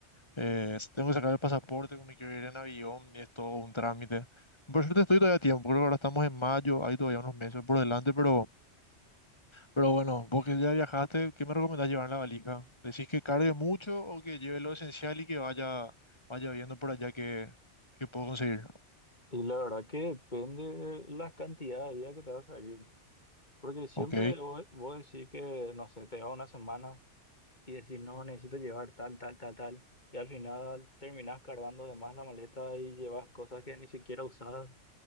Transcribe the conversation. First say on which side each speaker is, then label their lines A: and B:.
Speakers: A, on the left; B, on the left.
A: Eh, tengo que sacar el pasaporte, me quiero ir en avión y es todo un trámite. Por suerte estoy todavía a tiempo, creo que ahora estamos en mayo, hay todavía unos meses por delante, pero, pero bueno, vos que ya viajaste, ¿qué me recomendás llevar en la valija? ¿Decís que cargue mucho o que lleve lo esencial y que vaya, vaya viendo por allá que, que puedo conseguir?
B: y la verdad que depende de la cantidad de días que te vas a ir. Porque siempre
A: Ok,
B: vos, vos decís que, no sé, te vas una semana. y decir, no, necesito llevar tal, tal, tal, tal. Y al final terminás cargando de más la maleta y llevas cosas que ni siquiera usabas